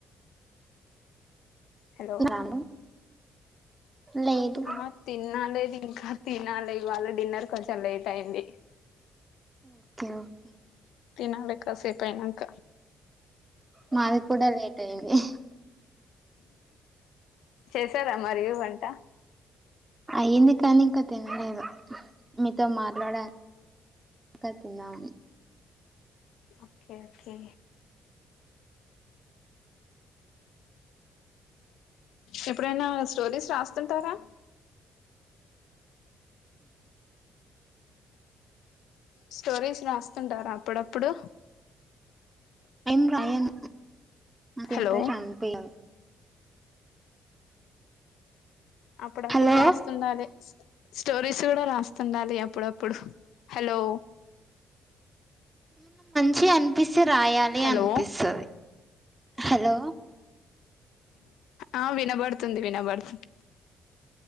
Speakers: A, on the left; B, on the right.
A: హలో
B: రాను లేదు
A: ఆ తిన్నాలేదు ఇంకా తినాలి వాళ్ళ డిన్నర్ కొంచెం లేట్ అయ్యింది
B: ఓకే ఓకే
A: తినాల కాసే పైనాక
B: మాది కూడా లేేట్ అయిది
A: చేసారా మరి వంట
B: అయ్యింది కానీ ఇంకా తినలేదు మీతో మాట్లాడ కా తిన్నాం
A: ఓకే ఓకే ఎప్పుడైనా స్టోరీస్ రాస్తుంటారా స్టోరీస్ రాస్తుంటారా అప్పుడప్పుడు
B: ఏం రాయన్ నాకు
A: హలో
B: ఇంట్రెస్ట్ అనుపిలేదు
A: అప్పుడప్పుడు
B: హలో
A: రాస్తుండాలి స్టోరీస్ కూడా రాస్తుండాలి అప్పుడప్పుడు. హలో
B: చి అనిపి చి రాయాలి
A: హలో
B: అనిపిస్తది హలో
A: ఆ వినబడుతుంది వినబడుతుంది